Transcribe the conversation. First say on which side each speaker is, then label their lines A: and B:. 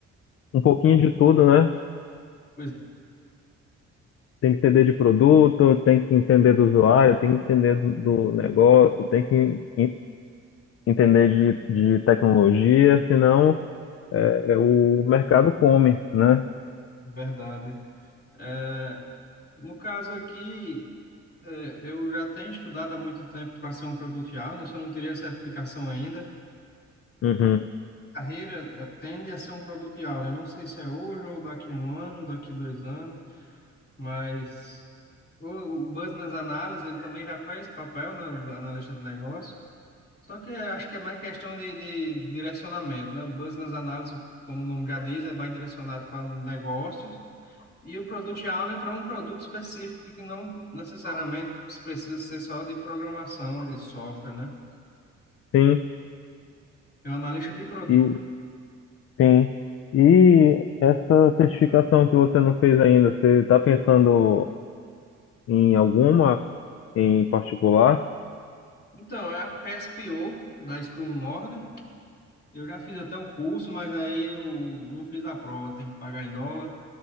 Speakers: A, on the left; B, on the left.
A: um pouquinho de tudo, né?
B: Pois
A: tem que entender de produto, tem que entender do usuário, tem que entender do, do negócio, tem que en- entender de, de tecnologia, senão é, o mercado come, né?
B: é, é verdade. É, No caso aqui, eh, eu já tenho estudado há muito tempo para ser um produto real, né? Só não teria certificação ainda.
A: Uhum.
B: carreira eh, tende a ser um produtial, né? Não sei se é hoje ou daqui a um ano, daqui dois anos, mas o, o business analysis ele também já faz papel, né? O analista de negócio. Só que eu acho que é mais questão de, de direcionamento, né? O business analysis, como o nome já diz, é mais direcionado para negócios. E o product owner para um produto específico que não necessariamente precisa ser só de programação, de software, né?
A: Sim,
B: É um analista de produto.
A: e sim. E essa certificação que você não fez ainda, você está pensando em alguma em particular?
B: Então, é a PSPO da Scrum Org, Eu já fiz até o curso, mas aí eu não fiz a prova, tem que pagar em dólar.